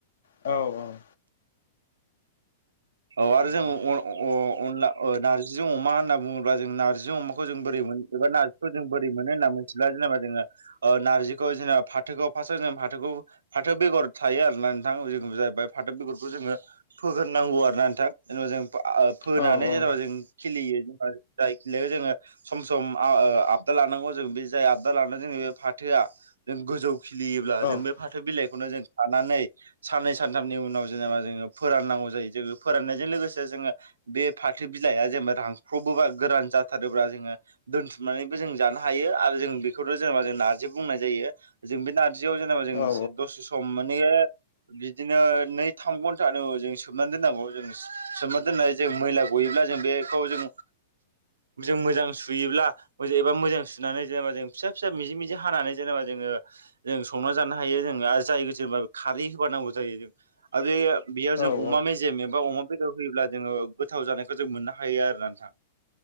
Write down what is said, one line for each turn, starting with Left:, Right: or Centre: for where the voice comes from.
Left: औ औ
Right: औ आरो
Left: नंगौ
Right: जों अ-अ-अनला ओ नार्जिजों अमा होनना बुङोब्ला जों नारजि अमाखौ जों बोरै मोन एबा नारजिखौ जों बोरै मोनो होनना मिथिला जेनेबा जोङो ओ नारजिखौ जोेनबा फाथोखौ फार्स्टआव जों फाथोखौ फाथो बेगर थायो आरोना नोंथां जिखुनु जाया जाहैबाय फाथो बेगरखौ जोङो फोगोरनांगौ आरोना नोंथां जेनेबा जों फोआ फोनानै
Left: औ
Right: जेनेबा
Left: औ
Right: जों खिलियो जों जाय खिलिनायखौ जोङो सम सम आओ आबदाल लानांगौ जों बे जाय आबदा लानानै जोंङो बे फाथोआ जों गोजौ खिलियोब्ला
Left: औ
Right: जों बे फाथो बिलाइखौनो जों खानानै साननै सानथामनि उनाव जेनेबा जोङो फोराननांगौ जायो जोङो फोराननायजों लोगोसे जोङो बे फाथो बिलाइआ जेनेबा रांख्रबबोबा गोरान जाथारोब्ला जोङो दोनथुमनानैबो जों जानो हायो आरो जों बेखौनो जेनेबा जों नारजि बुंनाय जायो जों बे नारजि <unintelligible> जेनेबा जों
Left: औ
Right: दसे सम माने बिदिनो नै थाम घन्टानो जों सोबनानै दोननांगौ जों सोमोर दोननाय जों मैला गयोब्ला जों बेखौ जों जों मोजां सुयोब्ला एबा मोजां सुनानै जेनेबा जों फिसा फिसा मिजि मिजि हानानै जेनेबा जोङो जों संना जानो हा हायो जों आरो जाय गोसोबा खारै होबा नांगौ जायो जों आरो बेयाव जों
Left: औ
Right: अमा मेजेम एबा अमा बेदर होयोब्ला जोङो गोथाव जानायखौ जों मोननो हायो आरोना नोंथां